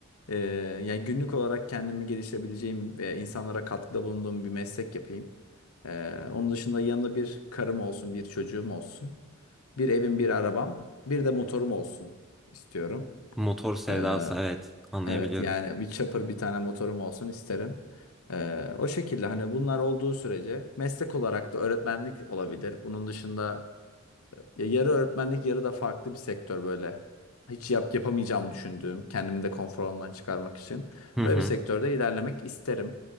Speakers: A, on the left; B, in the centre.
A: e, yani günlük olarak kendimi geliştirebileceğim ve insanlara katkıda bulunduğum bir meslek yapayım. E, onun dışında yanında bir karım olsun, bir çocuğum olsun, bir evim, bir arabam, bir de motorum olsun istiyorum.
B: Motor sevdası
A: E,
B: evet anlayabiliyorum.
A: Evet yani bir chopper bir tane motorum olsun isterim. Ee, o şekilde hani bunlar olduğu sürece meslek olarak da öğretmenlik olabilir. Bunun dışında ya yarı öğretmenlik yarı da farklı bir sektör böyle. Hiç yap, yapamayacağımı düşündüğüm, kendimi de konfor alanından çıkarmak için.
B: Hı
A: Öyle
B: hı.
A: bir sektörde ilerlemek isterim.